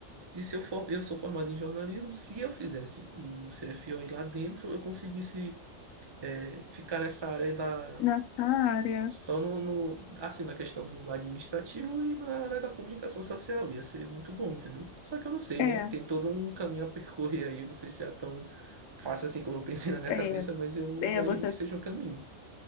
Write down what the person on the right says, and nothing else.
e se eu for, eu sou formado em jornalismo, se eu fizesse o CFO e lá dentro, eu conseguisse é, ficar nessa área da
só no, no- assim na questão do administrativo e na área da comunicação social ia ser muito bom, entendeu? Só que eu não sei,
né?
Tem todo um caminho a percorrer aí, eu não sei se é tão fácil assim como eu pensei na minha
cabeça, mas eu
imagino
que seja um caminho.